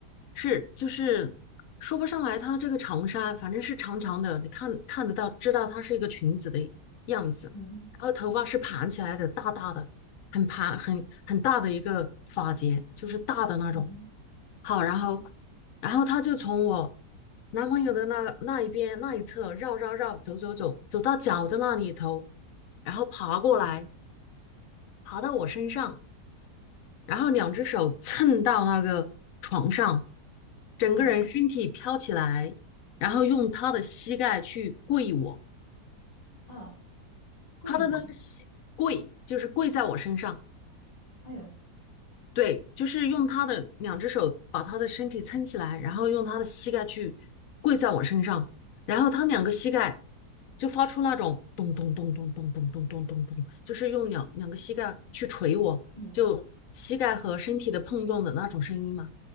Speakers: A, on the left; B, on the left.
A: 是就是说不上来她这个长衫，反正是长长的，你看看得到，知道她是一个裙子的样子。
B: 嗯哼
A: 然后头发是盘起来的，大大的，很盘很很大的一个发结，就是大的那种。
B: 嗯哼
A: 好，然后
B: 嗯哼，
A: 然后她就从我。男朋友的那那一边那一侧绕绕绕走走走，走到脚的那里头，然后爬过来，爬到我身上，然后两只手蹭到那个床上，整个人身体飘起来，
B: 哎
A: 然后用他的膝盖去跪我，
B: 啊，惠妮，
A: 他的那个膝跪就是跪在我身上。
B: 哎呦，
A: 对，就是用他的两只手把他的身体撑起来，然后用他的膝盖去跪在我身上，然后他两个膝盖就发出那种咚咚咚咚咚咚咚咚咚咚，就是用两两个膝盖去捶我，
B: 嗯
A: 就膝盖和身体的碰撞的那种声音嘛。